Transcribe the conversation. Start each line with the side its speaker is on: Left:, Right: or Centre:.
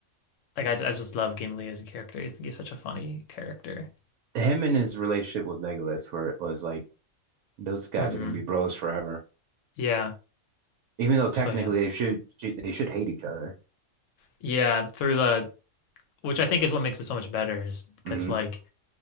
Left: Like I, I just love Gimli as a character. I think he's such a funny character.
Right: Him and his relationship with Legolas, where it was like, those guys
Left: hmm
Right: are gonna be bros forever.
Left: Yeah.
Right: Even though technically
Left: So yeah.
Right: they should they should hate each other.
Left: Yeah, through the which I think is what makes it so much better is because
Right: hmm
Left: like